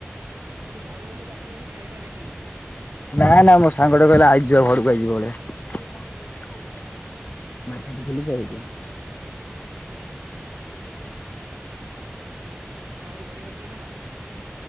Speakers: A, on the right (about 80°); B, on the left (about 40°).
A: ମୁଁ କହିଲି ଘରେ ବୋଧେ ଡାକିଲେଣି ଖାଇବା ଲାଗି
B: ନା ନା ମୋ ସାଙ୍ଗଟେ କହିଲେ ଆଇ <unintelligible> ଯ ଘରକୁ ଆଇଯିବ ବଳିଆ <unintelligible>
A: ଆଚ୍ଛା।
B: ମାର୍କେଟ <unintelligible> ଖଲଛ ହେଇ <unintelligible>
A: ହୁଁ ହୁଁ। ଆଉ ଆଜି ଘରେ ରୋଷେଇ କଣ?